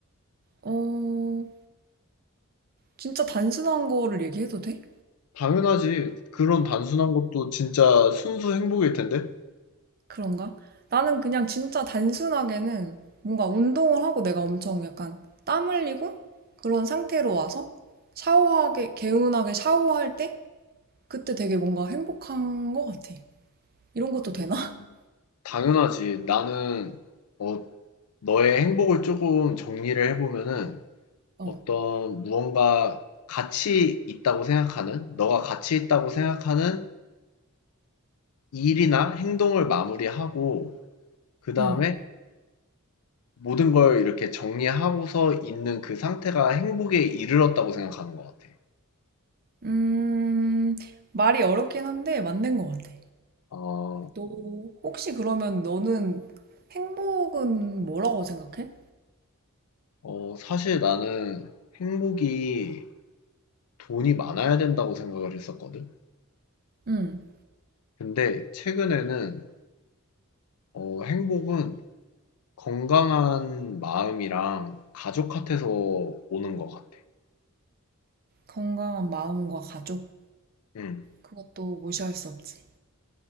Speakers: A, on the right (about 45°); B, on the left (about 80°).
A: 어, 진짜 단순한 거를 얘기해도 돼?
B: 당연하지. 그런 단순한 것도 진짜 순수 행복일 텐데?
A: 그런가? 나는 그냥 진짜 단순하게는 뭔가 운동을 하고 내가 엄청 약간 땀 흘리고 그런 상태로 와서 샤워하게, 개운하게 샤워할 때 그때 되게 뭔가 행복한 것 같아. 이런
B: 음.
A: 것도 되나? <laughs>
B: 당연하지. 나는 어, 너의 행복을 조금 정리를 해보면은
A: 어,
B: 어떤 무언가 가치 있다고 생각하는, 너가 가치 있다고 생각하는 일이나 행동을 마무리하고, 그 다음에
A: 음.
B: 모든 걸 이렇게 정리하고서 있는 그 상태가 행복에 이르렀다고 생각하는 것 같아.
A: 음, 말이 어렵긴 한데 맞는 것 같아.
B: 어,
A: 너 혹시 그러면 너는 행복은 뭐라고 생각해?
B: 어, 사실 나는 행복이 돈이 많아야 된다고 생각을 했었거든.
A: 음,
B: 근데 최근에는 어, 행복은 건강한 마음이랑 가족 같아서 오는 것 같아.
A: 건강한 마음과 가족.
B: 응,
A: 그것도 무시할 수 없지.